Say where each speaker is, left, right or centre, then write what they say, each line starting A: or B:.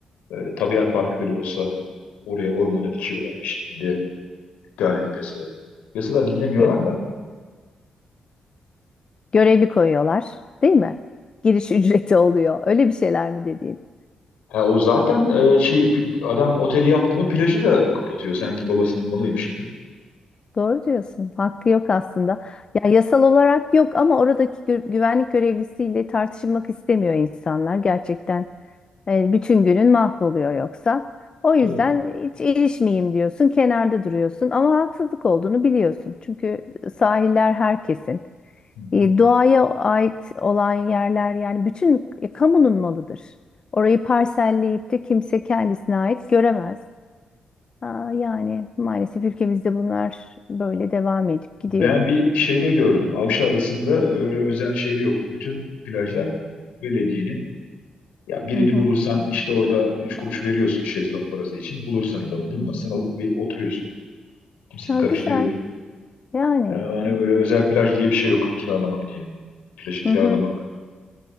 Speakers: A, on the left (about 85°); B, on the left (about 45°).
A: E, tabiat parkı bile olsa oraya ormana dikiyorlar bir şekilde iptal edip yasaları. Yasalar dinlemiyorlar
B: gö-
A: da.
B: görevli koyuyorlar, değil mi? Giriş <laughs> ücreti oluyor. Öyle bir şeyler mi dediğin?
A: Ha, o zaten e, şey pi- adam oteli yaptı mı plajı da kapatıyor. Sanki babasının malıymış gibi.
B: Doğru diyorsun. Hakkı yok aslında. Ya yasal olarak yok ama oradaki gü- güvenlik görevlisiyle tartışmak istemiyor insanlar gerçekten. E, bütün günün mahvoluyor yoksa. O yüzden
A: Değil mi?
B: hiç ilişmeyeyim diyorsun, kenarda duruyorsun ama haksızlık olduğunu biliyorsun. Çünkü sahiller herkesin.
A: Hı hı.
B: E, Doğaya ait olan yerler yani bütün e, kamunun malıdır. Orayı parselleyip de kimse kendisine ait göremez. Aa, yani maalesef ülkemizde bunlar böyle devam edip gidiyor.
A: Ben bir şeyde gördüm. Avşa Adası'nda öyle özel şey yok. Bütün plajlar belediyenin. Ya birini
B: Hı hı.
A: bulursan işte orada 3 kuruş veriyorsun şezlong parası için. Bulursan o da bulmazsan o- ve oturuyorsun. Kimsenin
B: Ha,
A: karıştığı
B: güzel
A: yok.
B: yani.
A: Yani hani öyle özel plaj diye bir şey yok kiralamak diye. Plajı kiralamak
B: Hı hı.